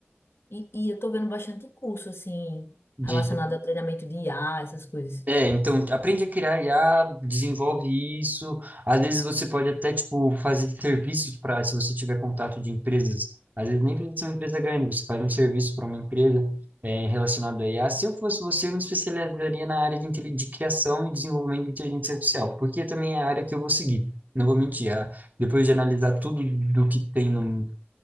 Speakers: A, on the left; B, on the right.
A: E, e eu tô vendo bastante curso, assim,
B: De
A: relacionado a treinamento de IA, essas coisas.
B: É, então aprende a criar IA, desenvolve isso. Às vezes você pode até tipo fazer serviços para, se você tiver contato de empresas. Às vezes nem precisa ser uma empresa grande, você faz um serviço para uma empresa é, relacionado a IA. Se eu fosse você, eu me especializaria na área de, intele- de criação e desenvolvimento de inteligência artificial, porque também é a área que eu vou seguir. Não vou mentir, ah, depois de analisar tudo do que tem no,